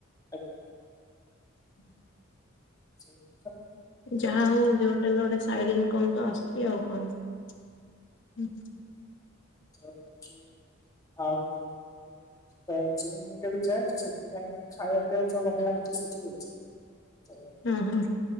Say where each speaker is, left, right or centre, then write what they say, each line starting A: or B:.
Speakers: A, on the left (about 15°); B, on the left (about 60°).
A: ଆଜ୍ଞା।
B: ହୁଁ।
A: ସେଇ <inaudible> ଥା
B: ଯାହା ହଉ ଯୋଉଟା ହେଲେ ଗୋଟେ ସାଇଡ୍ ଇନକମ୍ ତ ଆସଚୁ ଆଉ କଣ। ହୁଁ,
A: ତ ବାକି ଆଉ ଯୋଉ କ- ଜିଅନି କାଲି ଯାଏ ତ ସେଥିପାଇଁ ଖାଇବା ପିଇବା ସବୁ ବନେଇବା ନିଜେ ଶିଖି ଯାଇଛି, ତ
B: ହଁ ହଁ